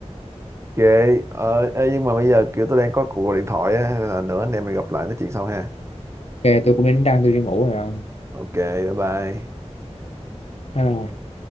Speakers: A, on the right; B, on the left.
A: Ok, ờ, ê, nhưng mà bây giờ kiểu tôi đang có cuộc gọi điện thoại á, nên là nữa anh em mình gặp lại nói chuyện sau ha.
B: ok tôi cũng đi đánh răng tôi đi ngủ rồi ông
A: Ok, bye bye.
B: Bye